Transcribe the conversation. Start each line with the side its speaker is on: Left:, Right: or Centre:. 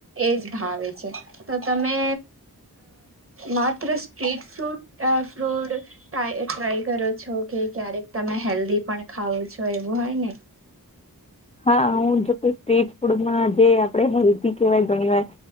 Right: એજ ભાવે છે તો તમે માત્ર સ્ટ્રીટફ્રૂટ, ફ્રૂડ ટ્રાય કરો છો કે ક્યારેક તમે હેલ્ધી પણ ખાવ છો એવું હોય ને!
Left: હા હું જોકે સ્ટ્રીટફૂડમાં જે આપણે હેલ્ધી કહેવાય ઘણી વાર